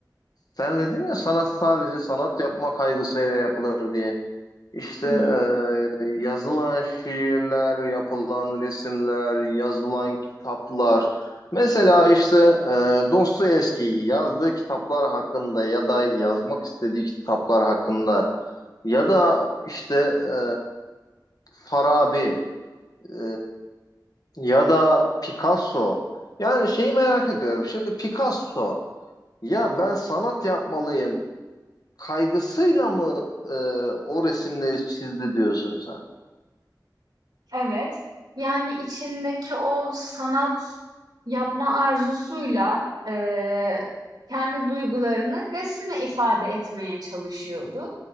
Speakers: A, on the left; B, on the right.
A: sen dedin ya sanat sadece sanat yapma kaygısıyla yapılır diye. İşte
B: Hı hı.
A: e, yazılan şiirler, yapılan resimler, yazılan kitaplar. Mesela işte e, Dostoyevski'yi yazdığı kitaplar hakkında ya da yazmak istediği kitaplar hakkında ya da işte e, Farabi, e, Ya da Picasso. Yani şeyi merak ediyorum. Şimdi Picasso ya ben sanat yapmalıyım kaygısıyla mı e, o resimleri çizdi diyorsun sen?
B: Evet. Yani içindeki o sanat yapma arzusuyla eee, kendi duygularını resimle ifade etmeye çalışıyordu.